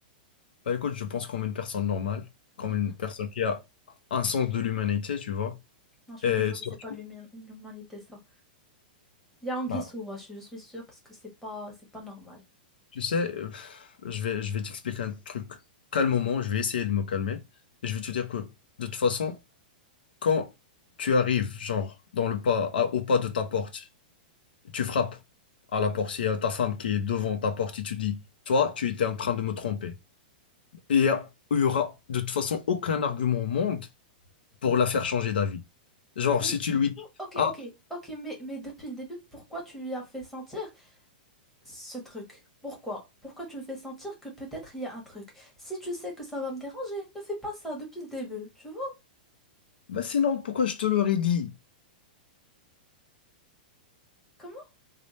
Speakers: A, on the left (about 85°); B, in the centre.
A: Bah écoute, je pense comme une personne normale, comme
B: Mm,
A: une
B: mm.
A: personne qui a un sens de l'humanité, tu vois.
B: Non, je suis
A: Et
B: désolée,
A: surtout,
B: c'est pas de l'humi- l'humanité, ça. Il y a anguille
A: Bah,
B: sous roche, je suis sûre, parce que c'est pas, c'est pas normal.
A: tu sais, euh, je vais, je vais t'expliquer un truc calmement, je vais essayer de me calmer. Et je vais te dire que, de toute façon, quand tu arrives, genre, dans le pas, à- au pas de ta porte, tu frappes à la porte, il y a ta femme qui est devant ta porte et tu dis, toi, tu étais en train de me tromper. Et il y a- il y aura, de toute façon, aucun argument au monde pour la faire changer d'avis. Genre,
B: Mais-
A: si tu lui dis,
B: Ok,
A: Ah,
B: ok, ok, mais, mais depuis le début, pourquoi tu lui as fait sentir ce truc. Pourquoi? Pourquoi tu me fais sentir que peut-être il y a un truc? Si tu sais que ça va me déranger, ne fais pas ça depuis le début. Tu vois?
A: Bah sinon, pourquoi je te l'aurais dit?
B: Comment?